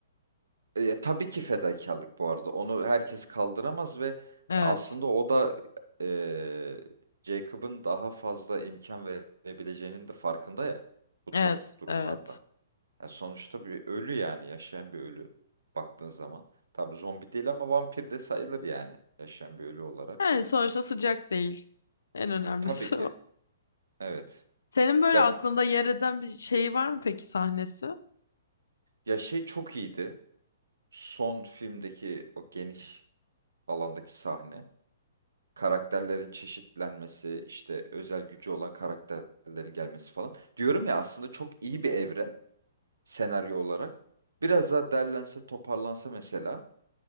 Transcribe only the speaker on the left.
Evet,
evet,
evet.
Yani sonuçta sıcak değil. En önemlisi
o.
Senin böyle
aklında yer eden bir şey var mı peki sahnesi?